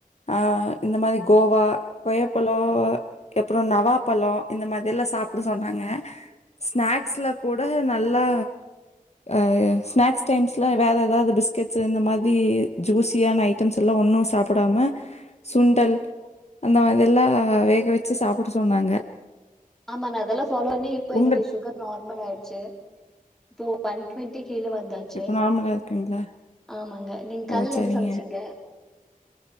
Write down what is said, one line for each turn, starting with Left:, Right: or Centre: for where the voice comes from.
Left: ஆ இந்த மாரி கோவா கொய்யாப்பழோ அப்புறோ நவ்வாப்பழோ இந்த மாரிலா சாப்ட சொன்னாங்க அ ஸ்நாக்ஸ்ல கூட நல்லா அ ஸ்நாக்ஸ் டைம்ஸ்ல வேற எதாது பிஸ்கெட்ஸு இந்த மாரி ஜூஸியான ஐட்டம்ஸ்ல்லா ஒன்னு சாப்டாம சுண்டல் அந்த மாரிதெல்லா வேக வெச்சு சாப்ட சொன்னாங்க
Centre: ஆமா நா அதெல்லா ஃபாலோண்ணி இப்ப என்னுடைய
Left: உங்க
Centre: சுகர் நார்மல் ஆயிடுச்சு இப்போ ஒன் டுவென்டி கீழ வந்தாச்சு
Left: இப்ப நார்மலா இருக்குங்களா
Centre: ஆமாங்க நீங்க
Left: ஓ
Centre: காலில
Left: சரிங்க
Centre: என்ன சமைச்சீங்க